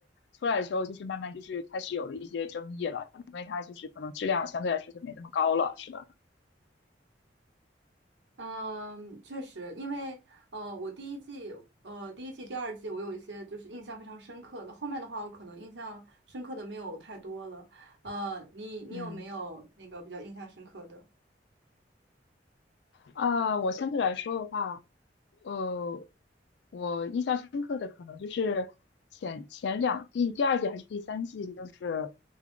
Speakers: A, on the left (about 70°); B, on the right (about 80°).
A: 出来的时候，就是慢慢就是开始有了一些争议了，因为它就是可能质量相对来说就没那么高了，是吧？
B: 嗯，确实，因为呃，我第一季、呃第一季、第二季，我有一些就是印象非常深刻的，后面的话，我可能印象深刻的没有太多了。呃，你你有没有那个比较印象深刻的？
A: 嗯。啊，我相对来说的话，呃，我印象深刻的可能就是前前两第第二季还是第三季，就是